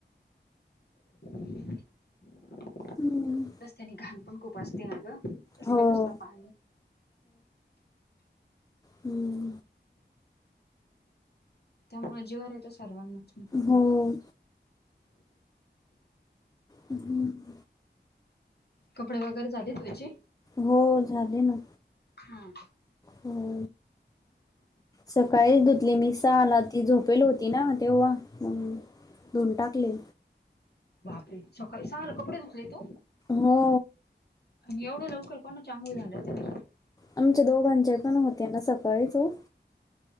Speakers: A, on the left (about 60°); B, on the left (about 20°).
A: <inaudible>
B: हम.
A: रस्त्याने घाण पण खूप असते ना, गं कसलं
B: हो
A: कसलं पाणी.
B: हम.
A: त्यामुळे जीवावर येतो सर्वांनाच.
B: हो हम हम.
A: कपडे वगैरे झाली धुवायची.
B: हो झाली ना.
A: हा का.
B: हो. सकाळीच धुतली मी सहाला, ती झोपेल होती ना तेव्हा म्हणून. धुन टाकले.
A: बापरे सकाळी सहाला कपडे धुतले तू.
B: हो.
A: आणि एवढ्या लवकर कोणाच्या आंघोळी झाल्या होत्या. बाई
B: आमच्या दोघांच्या पण होत्या ना सकाळीच हो.